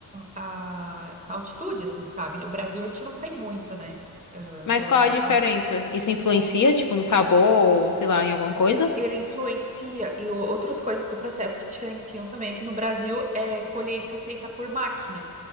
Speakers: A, on the right (about 20°); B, on the left (about 50°).
A: a- a- na altitude, assim, sabe? No Brasil a gente não tem muito, né? ah,
B: Mas
A: zona.
B: qual a diferença? Isso influencia, tipo, no sabor ou, sei lá, em alguma coisa?
A: Ele influencia e o- outras coisas do processo que diferenciam também aqui no Brasil é colheita feita por máquina.